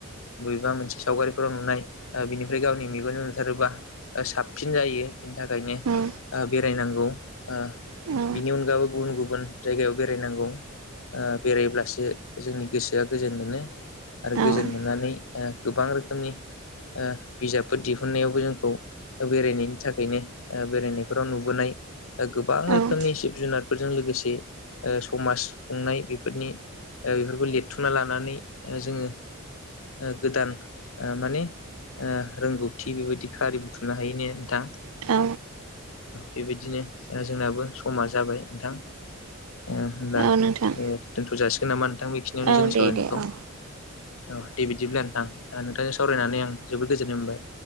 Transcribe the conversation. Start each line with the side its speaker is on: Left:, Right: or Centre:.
Left: बबेबा मोनसे सावगारिफोराव नुनाय बिनिफ्राय गावनि मेगनजों नुथारोबा साबसिन जायो बेनि थाखायनो
Right: औ
Left: बेरायनांगौ ओ
Right: औ उम औ
Left: बिनि अनगाबो गुबुन गुबुन जायगायाव बेरायनांगौ। ओ बेरायब्लासो जोंनि गोसोआ गोजोन मोनो। आरो
Right: औ
Left: गोजोन मोननानै ओ गोबां रोखोमनि ओ बिजाबफोर दिहुननायावबो जोंखौ बेरायनायनो थाखायनो बेरायनायफोराव नुबोनाय गोबां रोखोमनि
Right: उम
Left: जिब जुनार फोरजों लोगोसे समाज खुंनाय बेफोरनि बेफोरखौ लिरथुमना लानो थानानै जोङो गोदान माने रोंगौथि बेबायदिनो खारि बुथुमनो हायोना नोंथां।
Right: ओ
Left: बेबायदिनो जोंनाबो समा जाबाय नोंथां। ओ होनब्ला
Right: औ नोंथां
Left: दोनथ' जाासिगोन नामा नोंथां बेखिनियावनो
Right: औ
Left: जोंनि
Right: दे
Left: सावरायनायखौ।
Right: दे औ
Left: औ दे बिदिब्ला नोंथां नोंथांजों सावरायनानै आं जोबोद गोजोननाय मोनबाय।